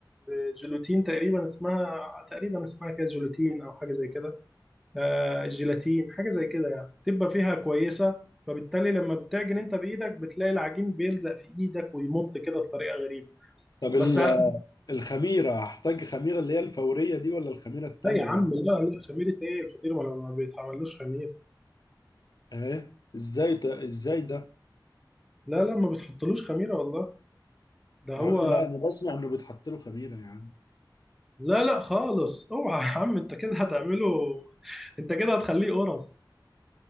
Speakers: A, in the centre; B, on the left.
A: الجلوتين تقريبا اسمها تقريبا اسمها كده جلوتين أو حاجة زي كده آه الجيلاتين حاجة زي كده يعني بتبقى فيها كويسة فبالتالي لما بتعجن أنت بإيدك بتلاقي العجين بيلزق في إيدك ويمط كده بطريقة غريبة
B: طب ال-
A: بس ه-
B: الخميره هحتاج خميره اللي هي الفوريه دي ولا الخميره التانيه
A: لا يا عم لا لا خميرة إيه الفطير ما ما بيتعملوش خميرة
B: ايه ازاي ده ازاي ده
A: لا لا ما بتحطلوش خميرة والله ده
B: يا
A: هو
B: عم لا انا بسمع انه بيتحط له خميره يا عم
A: لا لا خالص اوعى يا عم انت كده هتعمله انت كده هتخليه قرص